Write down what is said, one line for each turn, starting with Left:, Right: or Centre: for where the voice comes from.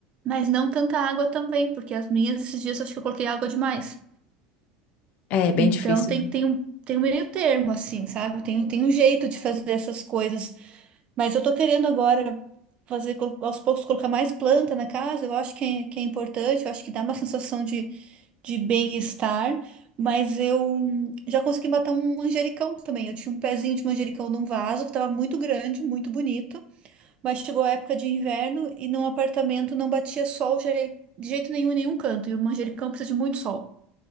Right: Mas não tanta água também, porque as minhas, esses dias, acho que eu coloquei água demais.
Left: É, bem
Right: Então,
Left: difícil,
Right: tem,
Left: né?
Right: tem um, tem um meio termo, assim, sabe? Tem, tem um jeito de fazer essas coisas. Mas eu tô querendo agora fazer, colo- aos poucos, colocar mais planta na casa. Eu acho que é, que é importante, eu acho que dá uma sensação de, de bem-estar. Mas eu hum, já consegui matar um manjericão também. Eu tinha um pezinho de manjericão num vaso que estava muito grande, muito bonito. Mas chegou a época de inverno e num apartamento não batia sol je- de jeito nenhum, em nenhum canto. E o manjericão precisa de muito sol.